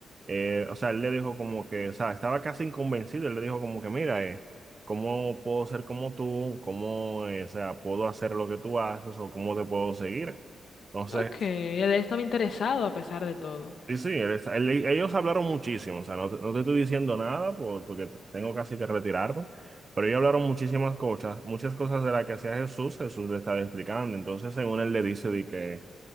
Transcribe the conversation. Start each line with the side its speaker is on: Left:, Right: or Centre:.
Right: eh, o sea, él le dijo como que, o sea, estaba casi inconvencido, él le dijo como que, mira, eh, ¿cómo puedo ser como tú? ¿Cómo, eh, o sea, puedo hacer lo que tú haces o cómo te puedo seguir? Entonces,
Left: Ok, él estaba interesado a pesar de todo.
Right: Sí, sí, él está- él- ellos hablaron muchísimo, o sea, no te, no te estoy diciendo nada por- porque tengo casi que retirarme, pero ellos hablaron muchísimas cosas, muchas cosas de las que hacía Jesús, Jesús le estaba explicando, entonces según él le dice de que,